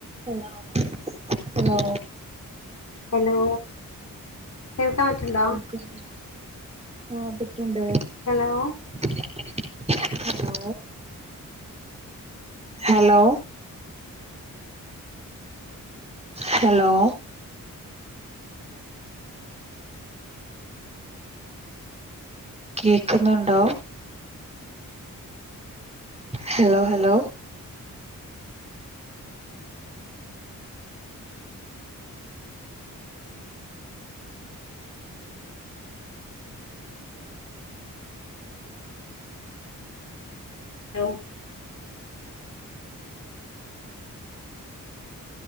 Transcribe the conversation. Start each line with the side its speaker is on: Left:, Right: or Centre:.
Right: Hello hello
Left: hello കേൾക്കാൻ പറ്റ്ണ്ടോ
Right: കേക്കുന്നുണ്ട് ആഹ് പറ്റ്ണ്ട്
Left: ഹലോ
Right: ഹലോ ഹലോ ഹലോ കേക്കുന്നുണ്ടോ hello hello
Left: hello